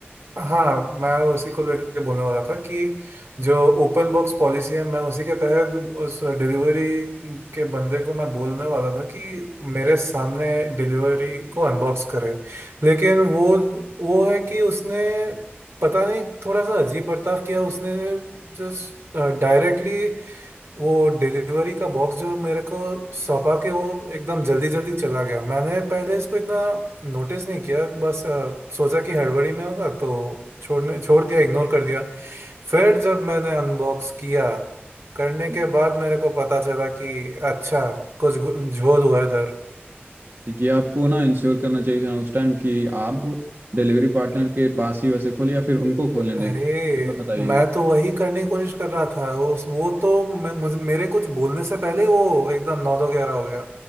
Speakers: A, on the right; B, on the right.
A: हाँ मैं उसी को लेकर बोलने वाला था कि जो ओपन बॉक्स पॉलिसी है मैं उसी के तहत उस डिलीवरी के बंदे को मैं बोलने वाला था कि मेरे सामने डिलीवरी को अनबॉक्स करे लेकिन वो वो है कि उसने पता नहीं थोड़ा सा अजीब बर्ताव किया उसने जस्ट डायरेक्टली वो डिलीवरी का बॉक्स जो मेरे को सौंपा के वो एकदम जल्दी जल्दी चला गया मैंने पहले इसको इतना नोटिस नहीं किया बस अ, सोचा कि हड़बड़ी में होगा तो छोड़ने छोड़ दिया इग्नोर कर दिया फिर जब मैंने अनबॉक्स किया करने के
B: जी
A: बाद मेरे को पता चला कि अच्छा कुछ घु- झोल हुआ है इधर
B: तो ये आपको ना इंश्योर करना चाहिए था ना उस टाइम कि आप डिलीवरी पार्टनर के पास ही वैसे खोले या फिर उनको खोलने
A: अरे
B: दें मतलब बताइए
A: मैं तो वही करने की कोशिश कर रहा था उस वो तो मैं मुझे मेरे कुछ बोलने से पहले ही वो एकदम नौ दो ग्यारह हो गया